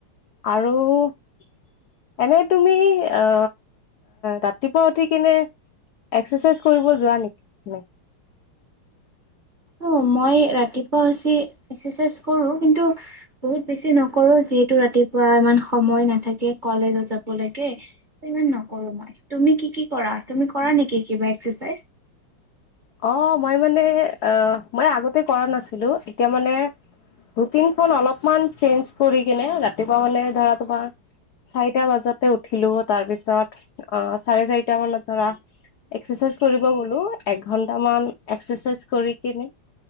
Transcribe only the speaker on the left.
আৰু <unintelligible> এনে তুমি অ অ ৰাতিপুৱা উঠি কিনে একাইজ কৰিব যোৱা নেকি।
অ', মই মানে অ', মই আগতে কৰা নাছিলোঁ, এতিয়া মানে ৰুটিনখন অলপমান চেঞ্জ কৰি কিনে ৰাতিপুৱা মানে ধৰা তোমাৰ, চাৰিটা বজাতে উঠিলোঁ, তাৰ পিছত, অ', চাৰে চাৰিটা মানত ধৰা এক্সেচাইজ কৰিব গ'লো একঘ ঘণ্টামান এক্সেৰচাইজ কৰি কিনে,